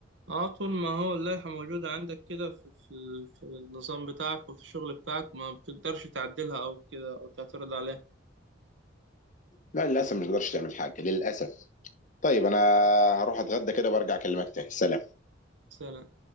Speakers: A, on the right; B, on the left.
A: اه طول ما هو اللائحة موجودة عندك كده في, في, ال- في النظام بتاعك وفي الشغل بتاعك ما بتقدرش تعدلها أو كده أو تعترض عليها
B: لا للاسف مش تقدرش تعمل حاجه للاسف طيب انا هروح اتغدى كده وارجع اكلمك تاني سلام
A: سلام